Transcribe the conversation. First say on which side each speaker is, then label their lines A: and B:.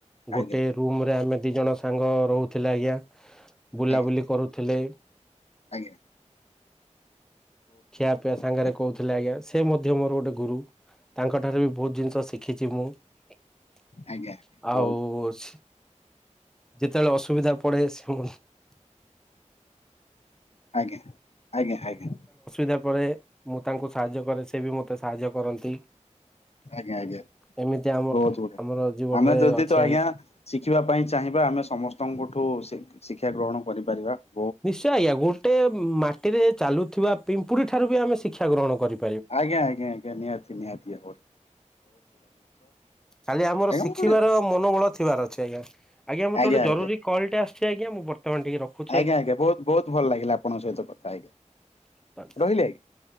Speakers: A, in the centre; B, on the left (about 55°).
A: ଗୋଟେ
B: ଆଜ୍ଞା
A: ରୁମ ରେ ଆମେ ଦି ଜଣ ସାଙ୍ଗ ରହୁଥିଲେ ଆଜ୍ଞା । ବୁଲାବୁଲି
B: ଆଜ୍ଞା
A: କରୁଥିଲେ ।
B: ଆଜ୍ଞା ।
A: ଖିଆ ପିଆ ସାଙ୍ଗରେ
B: ବଢିଆ
A: କହୁଥିଲେ ଆଜ୍ଞା । ସେ ମଧ୍ୟ ମୋର ଗୋଟଏ ଗୁରୁ । ତାଙ୍କଠାରୁ ବି ବହୁତ ଜିନିଷ ଶିଖିଛି ମୁଁ ।
B: ଆଜ୍ଞା ଆଜ୍ଞା
A: ଆଉ
B: ବହୁତ
A: ।
B: ବଢିଆ
A: ଯେତେବେଳେ ଅସୁବିଧା ପଡ଼େ ସେମାନେ ସାହାଯ୍ୟ କରନ୍ତି।
B: ଆଜ୍ଞା ଆଜ୍ଞା ଆଜ୍ଞା ।
A: ଆସିଲା ପରେ ମୁଁ ତାଙ୍କୁ ସାହାଯ୍ୟ କରେ ସେ ବି ମୋତେ ସାହାଯ୍ୟ କରନ୍ତି।
B: ଆଜ୍ଞା ଆଜ୍ଞା ।
A: ଏମିତି ଆମ
B: ବହୁତ ଗୁଡଆ
A: ଆମର ଜୀବନରେ
B: ଆମେ ଯଦି
A: ଅଛି
B: ତ ଆଜ୍ଞା ଶିଖିବା ପାଇଁ ଚାହିଁବା ଆମେ ସମସ୍ତେ । ସମସ୍ତଙ୍କଠୁ ଶିକ୍ଷା ଗ୍ରହଣ କରିପାରିବା ।
A: ନିଶ୍ଚୟ ଆଜ୍ଞା ଗୋଟେ ମାଟିରେ ଚାଲୁଥିବା ପିମ୍ପୁଡି ଠାରୁ ବି ଆମେ ଶିକ୍ଷା ଗ୍ରହଣ କରିପାରିବା।
B: ଆଜ୍ଞା ଆଞା ଆଜ୍ଞା ନିହାତି ନିହାତି ଆଉ।
A: ଖାଲି ଆମର
B: ଆଜ୍ଞା
A: ଶିଖିବାର
B: ମୁଁ ଗୋଟେ
A: ମନୋବଳ ଥିବାର ଅଛି । ଆା ଆ ଆଛା ମୋତ
B: ଆଜ୍ଞା
A: ଗୋ
B: ଆଜ୍ଞା
A: ଜରୁରୀ କଲଟା ଆସିଛି ଆଜ୍ଞ ମୁଁ ବର୍ତମାନ ଟିକେ ରଖଛି।
B: ଆଜ୍ଞା ଆଜ୍ଞା ବହୁତ ବହୁତ ଭଲ ଲାଗିଲା। ଆପଣଙ୍କ ସହିତ କଥା ଆଜ୍ଞା
A: ଧନ୍ୟବାଦ।
B: ରହିଲି ଆଜ୍ଞା।